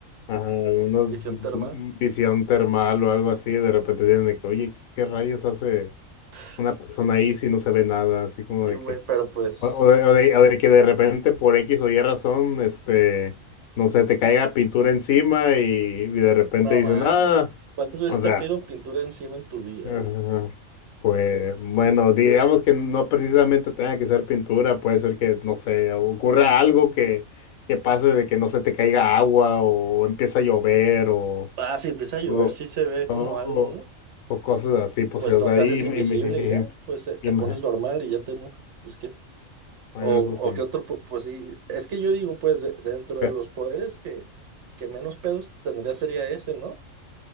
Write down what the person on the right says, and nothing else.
visión
termal.
<laughs>
Sí,
güey,
pero pues,
no
man.
¿Cuántas veces
te
ha caído pintura encima en tu vida,
güey?
Ah, si empieza a llover,
sí se ve como
algo, ¿no?
Pues
no
te haces
invisible
y ya, pues eh, te
pones normal y ya te mojas, pues qué.
O, o
qué otro, po- pues sí, es que yo digo, pues de- dentro
de los poderes que, que menos pedos tendría sería ese, ¿no?